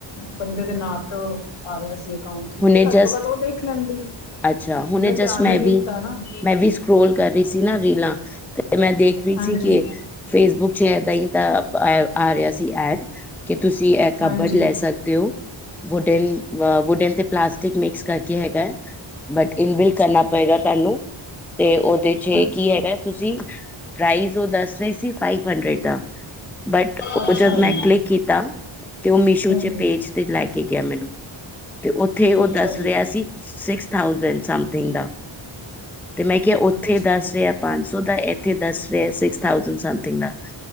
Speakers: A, on the left; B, in the centre.
A: ਬੰਦੇ ਦੇ ਨਾਂ ਤੋਂ ਆ ਰਿਹਾ ਸੀ ਅਕਾਊਂਟ ਤੇ ਮੈਂ
B: ਹੁਣੇ
A: ਕਿਹਾ ਘੱਟ
B: ਜਸਟ
A: ਤੋਂ ਘੱਟ ਉਹ ਦੇਖ ਲੈਂਦੀ
B: ਅੱਛਾ ਹੁਣੇ
A: ਉਹਨੇ ਧਿਆਨ
B: ਜਸਟ ਮੈਂ
A: ਨਹੀਂ ਦਿੱਤਾ
B: ਵੀ
A: ਨਾ
B: ਮੈਂ ਵੀ ਸਕਰੋਲ ਕਰ ਰਹੀ ਸੀ ਨਾ ਰੀਲਾਂ ਤੇ ਮੈਂ ਦੇਖ ਰਹੀ
A: ਹਾਂਜੀ
B: ਸੀ ਕੀ ਫੇਸਬੁੱਕ ਚ ਏਦਾਂ ਹੀ ਆ ਰਿਹਾ ਸੀ ਐਡ ਕਿ ਤੁਸੀਂ ਇਹ ਕਬਰਡ
A: ਹਾਂਜੀ
B: ਲੈ ਸਕਦੇ ਹੋ ਵੁਡਨ ਵੁਡਨ ਤੇ ਪਲਾਸਟਿਕ ਮਿਕਸ ਕਰਕੇ ਹੈਗਾ ਹੈ ਬਟ ਇਨਵਿਲ ਕਰਨਾ ਪਏਗਾ ਤੁਹਾਨੂੰ ਤੇ ਉਹਦੇ ਚ
A: ਅੱਛਾ
B: ਕੀ ਹੈਗਾ ਤੁਸੀਂ ਪ੍ਰਾਈਜ਼ ਉਹ ਦੱਸ ਰਹੇ ਸੀ ਫਾਈਵ ਹੰਡਰਡ ਬੱਟ ਉਹ
A: ਅੱਛਾ
B: ਜੱਦ
A: ਜੀ
B: ਮੈਂ ਕਲਿਕ ਕੀਤਾ? ਤੇ ਉਹ ਮੀਸ਼ੋ
A: ਹੂੰ
B: ਚ
A: ਹੂੰ
B: ਪੇਜ ਤੇ ਲੈ ਕੇ ਗਿਆ ਮੈਨੂੰ! ਤੇ ਉੱਥੇ ਉਹ
A: ਅੱਛਾ
B: ਦੱਸ
A: ਜੀ
B: ਰਿਹਾ? ਅਸੀਂ ਸੀਕਸ ਥਾਉਸੈਂਡ ਸਮਥਿੰਗ ਦਾ ਤੇ ਮੈਂ ਕਿਹਾ ਉੱਥੇ
A: ਅੱਛਾ
B: ਦੱਸ ਰਿਹਾ ਪੰਜ ਸੌ ਦਾ ਇੱਥੇ ਦੱਸ ਰਿਹਾ ਸਿਕਸ ਥਾਉਸੈਂਡ ਸਮਥਿੰਗ ਦਾ